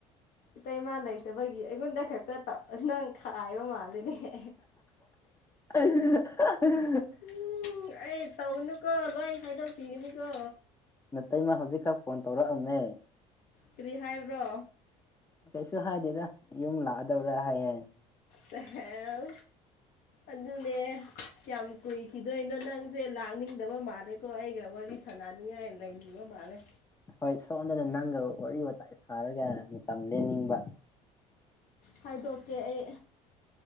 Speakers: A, on the left; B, on the left.
A: ꯏꯇꯩꯩꯃꯥ ꯂꯩꯇꯕꯒꯤ ꯑꯩꯉꯣꯟꯗ ꯈꯛꯇ ꯅꯪ ꯈꯥꯏꯕ ꯃꯥꯜꯂꯤꯅꯦꯍ
B: ꯑ
A: ꯎꯝ ꯑꯩ ꯇꯧꯒꯅꯨꯀꯣ ꯂꯣꯏ ꯍꯥꯏꯗꯣꯛꯄꯤꯒꯅꯤꯀꯣ
B: ꯅꯇꯩꯃꯥ ꯍꯧꯖꯤꯛ ꯈ ꯐꯣꯟ ꯇꯧꯔꯛꯑꯝꯃꯦ
A: ꯀꯔꯤ ꯍꯥꯏꯕ꯭ꯔꯣ
B: ꯀꯩꯁꯨ ꯍꯥꯏꯗꯦꯗ ꯌꯨꯝ ꯂꯥꯛꯑꯗꯧꯔꯥ ꯍꯥꯏꯌꯦ
A: ꯁꯍꯦꯜ ꯑꯗꯨꯅꯦ ꯀꯌꯥꯝ ꯀꯨꯏꯈꯤꯗꯣꯏꯅꯣ ꯅꯪꯁꯦ ꯂꯥꯛꯅꯤꯡꯗꯕ ꯃꯥꯜꯂꯦ ꯀꯣ ꯑꯩꯒ ꯋꯥꯔꯤ ꯁꯥꯟꯅꯅꯤꯡꯉꯥꯏ ꯂꯩꯅꯤꯡꯕ ꯃꯥꯜꯂꯦ
B: ꯍꯣꯏ ꯁꯣꯝꯗꯅ ꯅꯪꯒ ꯋꯥꯔꯤ ꯋꯥꯇꯥꯏ ꯁꯥꯔꯒ ꯃꯇꯝ ꯂꯦꯟꯅꯤꯡꯕ
A: ꯍꯥꯏꯗꯣꯛꯀꯦ ꯑꯩ